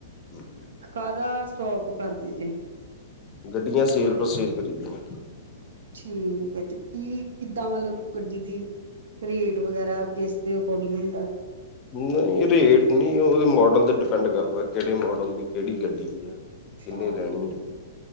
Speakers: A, on the left; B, on the right.
A: ਹੂੰ,
B: ਕਾਹਦਾ ਸਟੋਕ ਕਰਦੀ ਜੇ।
A: ਗੱਡੀਆਂ ਸੇਜ ਪਰਚੇਜ਼ ਕਰੀ ਦੀਆਂ।
B: ਠੀਕ ਹੈ, ਤੇ ਕੀ ਕਿੱਦਾਂ ਮਤਲਬ ਗੱਡੀ ਦੀ ਰੇਟ ਵਗੈਰਾ ਕਿਸ ਦੇ ਅਕੋਰਡਿੰਗ ਹੁੰਦਾ।
A: ਨਹੀਂ ਰੇਟ ਨਹੀਂ, ਉਹਦੇ ਮਾਡਲ ਤੇ ਡਿਪੈਂਡ ਕਰਦਾ, ਕਿਹੜੇ ਮਾਡਲ ਦੀ ਕਿਹੜੀ ਗੱਡੀ ਆ
B: ਅੱਛਾ
A: ਕਿੰਨੇ ਲੈਣੀ ਹੈ।